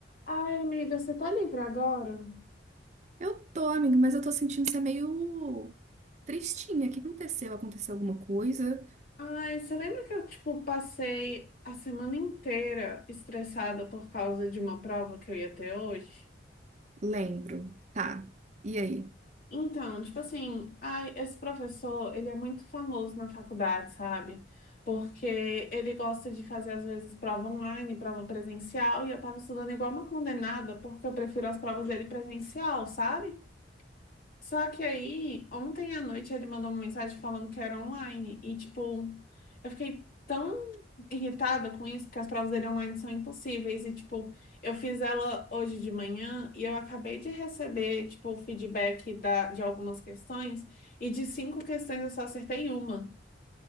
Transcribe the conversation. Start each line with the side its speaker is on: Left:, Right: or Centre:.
Left: Ai, amiga, você tá livre agora?
Right: Eu tô, amigo, mas eu tô sentindo ser meio tristinha. O que aconteceu? Aconteceu alguma coisa?
Left: Ai, você lembra que eu, tipo, passei a semana inteira estressada por causa de uma prova que eu ia ter hoje?
Right: Lembro. Tá. E aí?
Left: Então, tipo assim, ai, esse professor, ele é muito famoso na faculdade, sabe? Porque ele gosta de fazer, às vezes, prova online, prova presencial, e eu tava estudando igual uma condenada, porque eu prefiro as provas dele presencial, sabe? Só que aí, ontem à noite ele mandou uma mensagem falando que era online. E, tipo, eu fiquei tão irritada com isso, porque as provas dele online são impossíveis. E, tipo, eu fiz ela hoje de manhã e eu acabei de receber, tipo, o feedback da, de algumas questões. E de cinco questões eu só acertei uma.